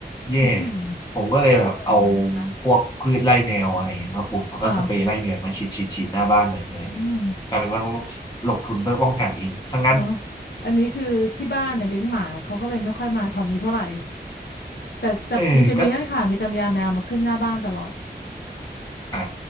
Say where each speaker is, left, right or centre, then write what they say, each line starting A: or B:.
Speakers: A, on the left (about 25°); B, on the left (about 70°).
A: แย่
B: ้
A: ผมก็เลยแบบเอา
B: แล้วเออนะ
A: พวกพืชไล่แมวอะไรเงี้ยมาปลูกแล้วก็สเปรย์ไล่แมวมาฉีดฉีดฉีดหน้าบ้านหน่อยอะไรเงี้ยกลายเป็นว่าต้อง
B: ค่ะอืม
A: ลงทุนเพื่อป้องกันเองซะงั้น
B: เนาะอันนี้คือที่บ้านเนี่ยเลี้ยงหมาเขาก็เลยไม่ค่อยมาแถวนี้เท่าไหร่แต่แต่มีจะมีนั่นค่ะมีตำยาแมวมาขึ้นหน้าบ้านตลอด
A: เออก็ อ่